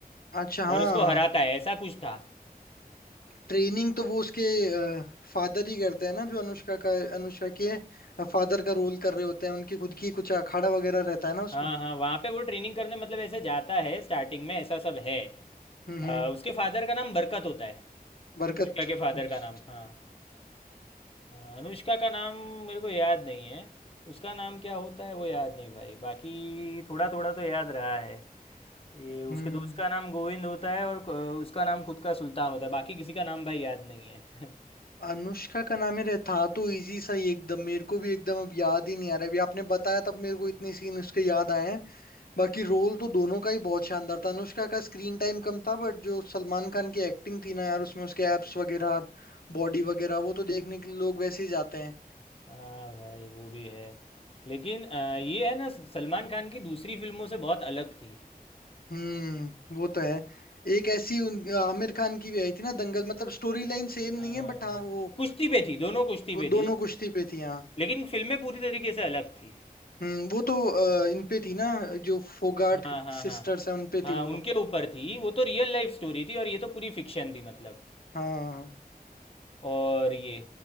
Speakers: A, on the left (about 70°); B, on the left (about 35°).
A: अच्छा हाँ
B: और उसको हराता है ऐसा कुछ था
A: ट्रेनिंग तो वो उसके फादर ही करते हैं ना जो अनुष्का का अनुष्का के फादर का रोल कर रहे होते हैं उनकी खुद की कुछ अखाड़ा वगैरह रहता है ना उसमें
B: हाँ हाँ वहाँ पे वो ट्रेनिंग करने मतलब ऐसे जाता है स्टार्टिंग में ऐसा सब है
A: हम्म
B: अ,
A: हम्म
B: उसके फादर का नाम बरकत होता है
A: बरकत
B: अनुष्का के फादर
A: अच्छा
B: का नाम हाँ हाँ, अनुष्का का नाम मेरे को याद नहीं है उसका नाम क्या होता है वो याद नहीं भाई बाकी थोड़ा थोड़ा तो याद रहा है ये उसके
A: हम्म
B: दोस्त का नाम गोविंद होता है और क- उसका नाम खुद का सुल्तान होता है बाकी किसी का नाम भाई याद नहीं है <laughs>
A: अनुष्का का नाम ही रहे था तो इजी सा ही एकदम मेरे को भी एकदम अब याद ही नहीं आ रहा अभी आपने बताया तब मेरे को इतने सीन उसके याद आए हैं बाकी रोल तो दोनों का ही बहुत शानदार था अनुष्का का स्क्रीन टाइम कम था बट जो सलमान खान की एक्टिंग थी ना यार उसमें उसके एब्स वगैरह बॉडी वगैरह वो तो देखने के लिए लोग वैसे ही जाते हैं
B: हाँ भाई वो भी है लेकिन अ, ये है ना सलमान खान की दूसरी फिल्मों से बहुत अलग थी
A: हम्म वो तो है एक ऐसी उन, आमिर खान की भी आई थी ना दंगल मतलब स्टोरी लाइन सेम
B: हाँ,
A: नहीं है बट हाँ
B: हाँ।
A: वो
B: कुश्ती पे थी दोनों कुश्ती
A: कु-
B: पे थी
A: दोनों कुश्ती पे थी हाँ
B: लेकिन फिल्में पूरी तरीके से अलग थी
A: हम्म वो तो अ, इन पे थी ना जो फोगाट
B: हाँ हाँ
A: सिस्टर्स
B: हाँ
A: है उन पे
B: हाँ
A: थी वो
B: उनके
A: तो
B: ऊपर थी वो तो रियल लाइफ स्टोरी थी और ये तो पूरी फिक्शन थी मतलब
A: हाँ
B: और ये